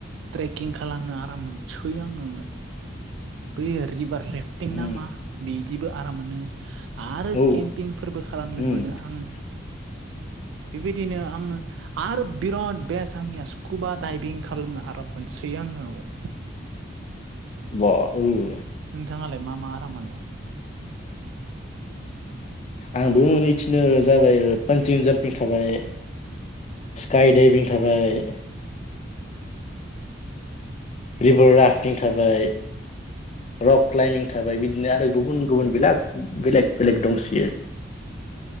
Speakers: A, on the right; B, on the left.
A: ट्रेकिं खालामनो आराम मोनसै आङो। बै रिभार रेफटिं ना
B: उम
A: मा बिदिबो आराम मोनो। आरो
B: औ
A: केम्पिंफोरबो खालामनो
B: उम
A: मोनो आं।
B: <inaudible>
A: बेबायदिनो आङो आरो बिराद बेस्ट आंनिया स्कुबा दाइभिं खालामनो आराम मोनसै आङो
B: बा उम
A: नोंथाङालाय मा मा आराम मोनो
B: आंबो मोनहैथिनो जाबाय पानजं जाम्पिं थाबाय स्काइ दडाइभिं थाबाय रिभार राफटिं थाबाय रक क्लाइमबिं थाबाय बिदिनो आरो गुबुन गुबुन बेलग बेलेग बेलेग दंसयो